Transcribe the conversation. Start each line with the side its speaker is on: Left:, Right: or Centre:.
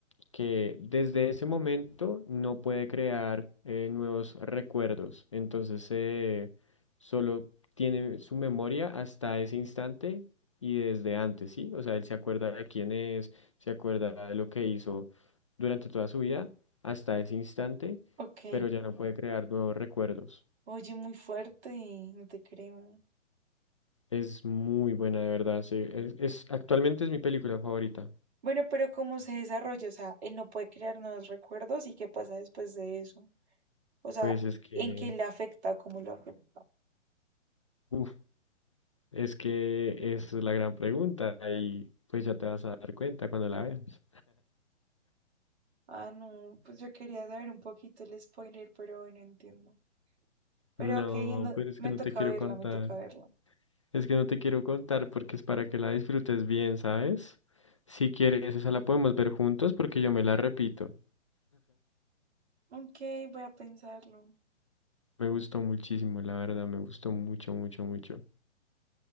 Left: que desde ese momento no puede crear eh, nuevos recuerdos. Entonces, eh, solo tiene su memoria hasta ese instante y desde antes, ¿sí? O sea, él se acuerda de quién es, se acuerda de lo que hizo durante toda su vida hasta ese instante,
Right: Ok.
Left: pero ya no puede crear nuevos recuerdos.
Right: Oye, muy fuerte, no te creo.
Left: Es muy buena, de verdad, sí. Es, es- actualmente es mi película favorita.
Right: Bueno, pero ¿cómo se desarrolla? O sea, él no puede crear nuevos recuerdos y qué pasa después de eso. O sea,
Left: Pues es que,
Right: ¿en qué le afecta o cómo lo afecta?
Left: uf, Es que esa es la gran pregunta y pues ya te vas a dar cuenta cuando la veas.
Right: Ah, no, pues yo quería saber un poquito el spoiler, pero bueno, entiendo. Pero
Left: No,
Right: ok, en do-
Left: pero es
Right: me
Left: que no
Right: toca
Left: te quiero
Right: verla,
Left: contar.
Right: me toca verla.
Left: Es que no te quiero contar porque es para que la disfrutes bien, ¿sabes? Si quieres, esa la podemos ver juntos porque yo me la repito.
Right: Ok, voy a pensarlo.
Left: Me gustó muchísimo, la verdad, me gustó mucho, mucho, mucho.